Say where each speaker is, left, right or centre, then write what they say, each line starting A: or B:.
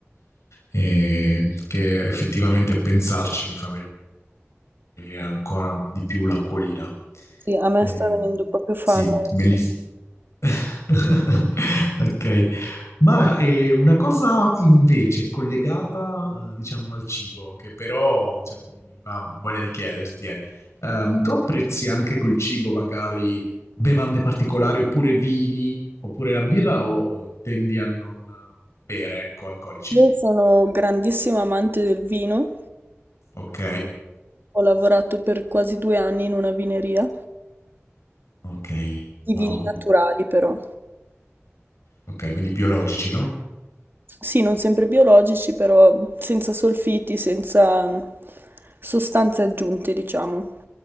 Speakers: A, on the left; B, on the right.
A: eh, che effettivamente a pensarci mi fa e ancora di più l'acquolina.
B: Sì, a me
A: Ehm,
B: sta venendo proprio fame.
A: sì,
B: adesso.
A: bellissimo. <laughs> Ok. Mara, è una cosa invece collegata, eh, diciamo, al cibo, che però, cioè, mi veniva voglia di chiederti, è, ehm, tu apprezzi anche col cibo magari bevande particolari oppure vini, oppure la birra o eh, tendi a non eh, bere, ecco, alcolici?
B: Io sono grandissima amante del vino,
A: Ok,
B: ho lavorato per quasi due anni in una vineria,
A: ok,
B: di
A: wow.
B: vini naturali però.
A: Ok, quindi biologici, no?
B: Sì, non sempre biologici, però senza solfiti, senza mm, sostanze aggiunte, diciamo.